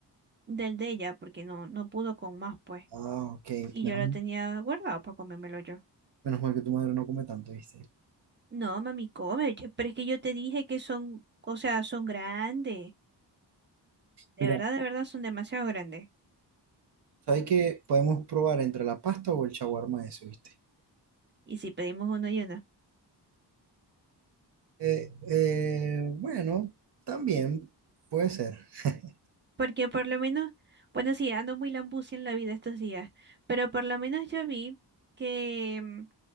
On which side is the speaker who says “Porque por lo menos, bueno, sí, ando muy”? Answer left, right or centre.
Right